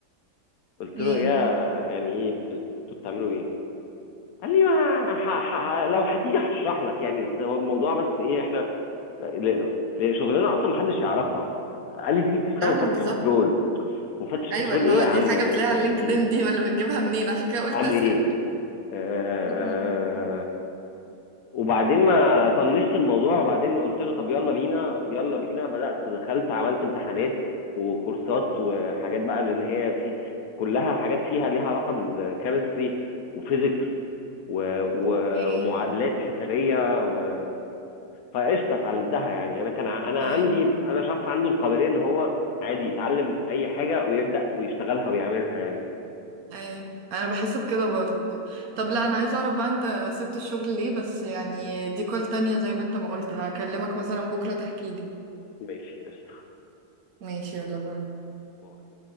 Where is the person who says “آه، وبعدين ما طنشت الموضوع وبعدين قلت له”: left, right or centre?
Left